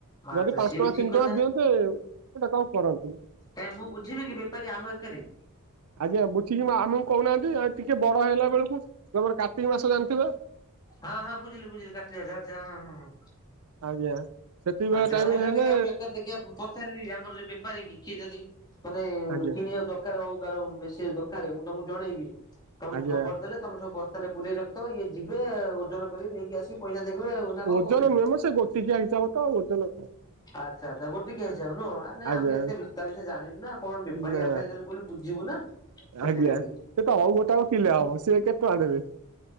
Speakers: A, on the left; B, on the right.
A: ଆଚ୍ଛା
B: ଯଦି ପାନ୍ସ୍ଟଙ୍କା
A: ସିଏ ବି ଠିକ
B: ତିନିଟଙ୍କା
A: କଥା
B: ଦିଅନ୍ତେ ସେଟା କଣ କରନ୍ତି।
A: କାଇଁ ମୁଁ ବୁଝିବି କି ବେପାରୀ ଆମ ଏକରେ?
B: ଆଜ୍ଞା ବୁଝିକି ମା ଆମକୁ କହୁନାହାନ୍ତି ଆଁ ଟିକେ ବଡ଼ ହେଲା ବେଳକୁ, ଯୋଉ ଆମର କାର୍ତିକ ମାସ ଜାଣିଥିବେ?
A: ହଁ ହଁ ବୁଝିଲି ବୁଝିଲି କାର୍ତ୍ତିକ ମାସ ଆଚ୍ଛା ହଁ, ହଁ, ହଁ।
B: ଆଜ୍ଞା। ସେତିକି ବେଳ
A: ଆ ଯାଉ
B: ଟାଇମରେ
A: ହେଲା
B: ହେଲେ
A: ଦେଖିଆ ମୁଁ ଏକରେ ଦେଖିଆ ପ ଚାରିବି ଆମର ଯେ ବେପାରୀଙ୍କି କିଏ ଯଦି ମାନେ
B: ଆଜ୍ଞା
A: କିଣିଯାଉଚ। ଦରକାର ଅଉ କାହାର ଅଉ ବେଶୀ ଦରକାରେ ମୁଁ ତମକୁ ଜଣେଇବି, ତମକୁ
B: ଆଜ୍ଞା
A: ଖବର ଦେଲେ ତମେ ସବୁ ବସ୍ତାରେ ପୁରେଇ ରଖିଥବ ଇଏ ଯିବେ ଓଜନ କରିବେ ନେଇକି ଆସିକି ପଇସା ଦେବେ ଆଉ, ନା କଣ
B: ଓଜନ
A: କହୁଛନ୍ତି?
B: ନୁହେଁ ମ ସେ ଗୋଟିକିଆ ହିସାବ ତ ଆଉ ଓଜ <unintelligible>
A: ଆଚ୍ଛା, ଆଚ୍ଛା, ଗୋଟିକିଆ ହିସାବ ନୁହଁ, ନାଇଁ
B: ଆଜ୍ଞା
A: ଆମେ ଏତେ ବିଷ୍ ତା ବିଷୟରେ ଜାଣିନୁ ନା କଣ ବେପାରୀ
B: ନା
A: ଆମେ ଖାଲି ଖାଲି କହିଲୁ ବୁଝିବୁ ନା? ସେଥିଲାଗି
B: ଆଜ୍ଞା, ସେତ ଅଉ ଗୋଟାକ କିଲେ ହବ ସିଏ କେତେ ଟଙ୍କା ଦେବେ?